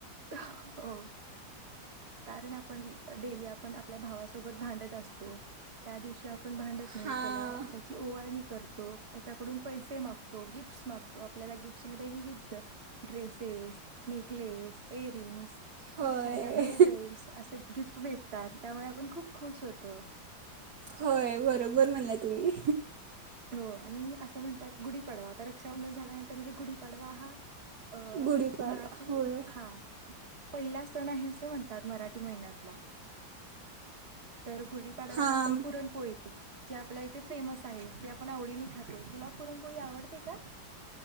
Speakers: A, on the right (about 35°); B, on the right (about 55°).
A: हो. कारण आपण डेली आपण आ आपल्या भावासोबत भांडत असतो त्या दिवशी आप भांडत
B: हां
A: नाही त्याला त्याची ओवाळणी करतो. त्याकडून पैसे मागतो. गिफ्टस मागतो. आपल्याला गिफ्टसमध्ये विविध ड्रेसेस, नेकलेस, एयररिंग्स
B: होय
A: खूप छान छान हेअर बेल्ट असे गिफ्ट भेटतात. त्यामुळे आपण खूप खुश होतो.
B: होय, बरोबर म्हणल्या तुम्ही.
A: हो, आणि असं म्हणतात गुढीपाडवा, आता रक्षाबंधन झाल्यानंतर म्हणजे गुढीपाडवा हा अं
B: गुढीपाडवा
A: मराठी
B: होय
A: हा. पहिला सण आहे असे म्हणतात मराठी महिन्यातला. तर गुडी पाडव्याला
B: हां
A: आपण पुरण पोळी जे आपल्या इथे फेमस आहे. ते पण आवडीने खातो. तुला पुरणपोळी आवडते का?